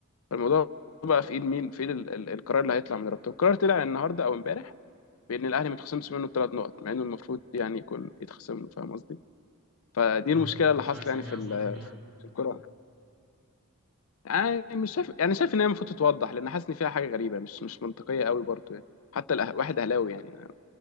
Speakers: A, on the left; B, on the right.
A: فالموضوع بقى في ايد مين في ايد ال- ال- القرار اللي هيطلع من رابطه القرار طلع النهارده او امبارح بان الاهلي ما يتخصمش منه الثلاث نقط مع انه المفروض يعني يكون يتخصم له فاهم قصدي فدي
B: مم.
A: المشكله
B: انت
A: اللي
B: شايف
A: حاصله يعني
B: ان
A: في
B: هي
A: ال-
B: ظلم يعني
A: في الكوره يعني مش شايف يعني شايف ان هي المفروض تتوضح لان حاسس ان فيها حاجه غريبه مش مش منطقيه قوي برضو يعني حتى الأه... واحد اهلاوي يعني أنا